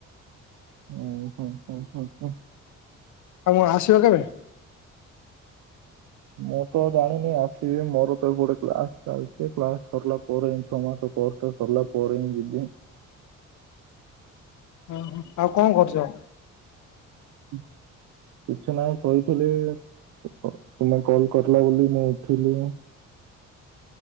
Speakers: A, on the right (about 80°); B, on the left (about 75°).
A: ଓ ହୁଁ, ହୁଁ, ହୁଁ।
B: ଆଉ ମୁଁ ଆସିବ କେବେ?
A: ମୁଁ ତ ଜାଣିନି ଆସିବି ମୋର ତ ଏ ଗୋଟେ କ୍ଲାସ ଚାଲିଛି କ୍ଲାସ ସରିଲା ପରେ ଛଅ ମାସ। ପ୍ଲସ୍ ଟୁ ସରିଲା ପରେ ହିଁ ଯିବି।
B: ଓ ହୋ ଆଉ କଣ କରୁଛ?
A: ହୁଁ। କିଛି ନାହିଁ ଶୋଇଥିଲି ତୁମେ କଲ କରିଲ ବୋଲି ମୁଁ ଉଠିଲି।